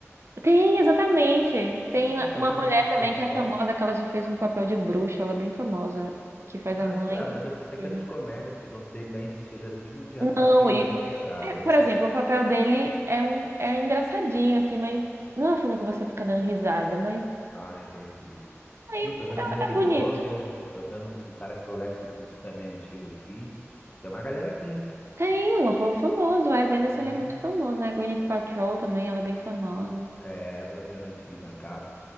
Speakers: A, on the right (about 60°); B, on the left (about 30°).
A: Tem, exatamente. Tem
B: Ah, tô
A: uma
B: vendo
A: mulher
B: aqui
A: também
B: a
A: que
B: foto.
A: é famosa, que ela já fez um papel de bruxa, ela é bem famosa, que faz
B: Ah,
A: a mãe
B: então é,
A: do.
B: mas eu pensei
A: menino.
B: que era de comédia, porque quando tem Ben Stiller assim, a gente já sabe
A: Não,
B: que já
A: e.
B: vem pedrada.
A: é, por exemplo, o papel dele é um é engraçadinho, assim, mas não é um filme que você fica dando risada, mas
B: Ah, entendi.
A: aí
B: Ih, tô vendo
A: é, um,
B: Danny
A: é é bonito.
B: Glover, tô vendo o cara que foi o Lex Luthor do Superman antigo aqui. Tem uma galera aqui, hein?
A: Tem um povo famoso, o Wes Anderson
B: Hum.
A: ele é muito famoso, né? Gwyneth Paltrow também, ela é bem famosa.
B: É, tô vendo aqui na capa.